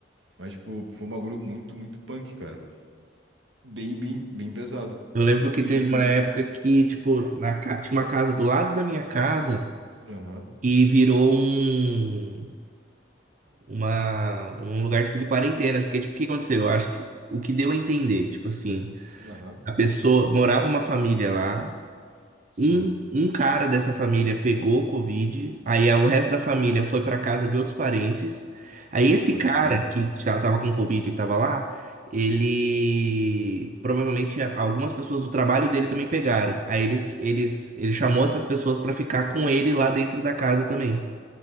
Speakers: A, on the right; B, on the right.
A: Mas, tipo, foi um bagulho muito, muito punk, cara. Bem, bem, bem pesado.
B: Eu lembro que
A: E.
B: teve uma época que, tipo, na, ca- tinha uma casa do lado da minha casa
A: Aham,
B: e virou um. uma, um lugar tipo de quarentena, porque tipo, o que aconteceu? Eu acho que o que deu a entender, tipo assim,
A: aham.
B: a pessoa morava uma família lá,
A: Sim,
B: um, um cara dessa família pegou Covid, aí a- o resto da família foi pra casa de outros parentes. Aí esse
A: pode
B: cara
A: crer.
B: que já tava com Covid e tava lá, ele provavelmente algumas pessoas do trabalho dele também pegaram. Aí eles, eles, ele chamou essas pessoas pra ficar com ele lá dentro da casa também.